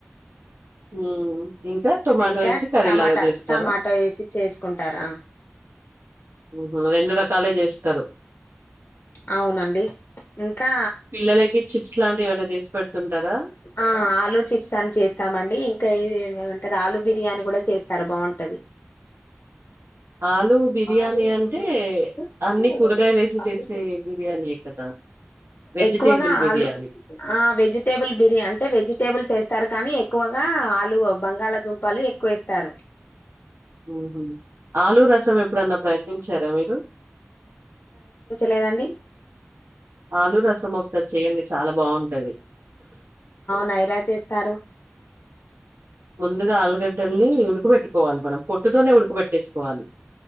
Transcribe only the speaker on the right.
మ్మ్ ఇంకా టొమాటో
వేసి కర్రీ
లాగా చేస్తారా
మ్ రెండు రకాలే చేస్తారు
పిల్లలకి చిప్స్ లాంటివి ఏమైనా చేసి పెడుతుంటారా
ఆలు బిర్యానీ
అంటే
అన్ని కూరగాయలు వేసి
చేసే బిర్యానీ ఎ కదా వెజిటేబుల్
బిర్యానీ.
అహ ఆలు రసం ఎప్పుడన్నా ప్రయత్నించారా మీరు
ఆలు రసం ఒకసారి చేయండి చాలా బాగుంటది
ముందుగా ఆలుగడ్డల్ని ఉడకబెట్టుకోవాలి మనం. పొట్టుతోనే ఉడకబెట్టేసుకోవాలి.